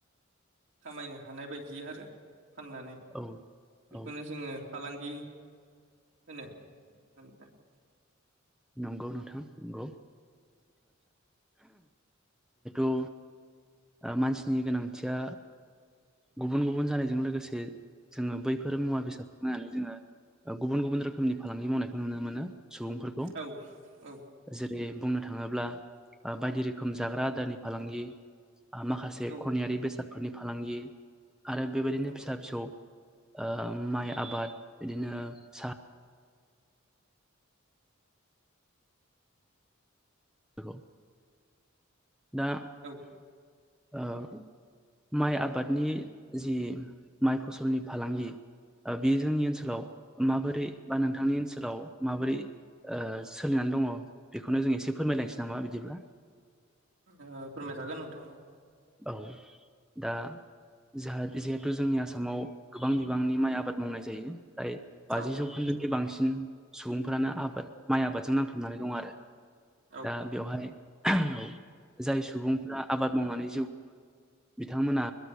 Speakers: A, on the right; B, in the centre.
A: खामायनो हानाय बायदि आरो। फाननानै
B: औ
A: बेखौनो
B: औ
A: जोङो फालांगि होनो आंनिबा।
B: नंगौ नोंथां नंगौ ओ मानसिनि गोनांथिया गुबुन गुबुन जानायजों लोगोसे जोङो बैफोर मुवा बेसादखौ नायनानै जोङो ओ गुबुन गुबुन रोखोमनि फालांगि मावनायखौ नुनो मोनो सुबुंफोरखौ
A: औ औ
B: जे रै बुंनो थाङोब्ला ओ बायदि रोखोम जाग्रा आदारनि फालांगि, आ माखासे
A: औ
B: खनियारि बेसादफोरनि फालांगि, आरो बेबायदिनो
A: औ
B: फिसा फिसौ ओ माइ आबाद बिदिनो सा बेखौ दा
A: औ ओ
B: ओ माइ आबादनि जि माइ फसलनि फालांगि ओ बेयो जोंनि ओनसोलाव माबोरै बा नोंथांनि ओनसोलाव माबोरै ओ सोलिनानै दङ बेखौनो जों एसे फोरमायलायनोसै नामा बिदिब्ला?
A: ओ फोरमायजागोन नोंथां औ।
B: औ दा जाहा जिहेथु जोंनि आसामाव गोबां बिबांनि माइ आबाद मावनाय जायो। जायो
A: औ
B: बाजि जौखोन्दोखि बांसिन बांसिन सुबुंफोरानो आबाद माइ आबादजों नांथाबनानै दं आरो
A: औ
B: दा बेवहाय औ जाय सुबुंफोरा आबाद मावनानै जिउखुङो बिथांमोना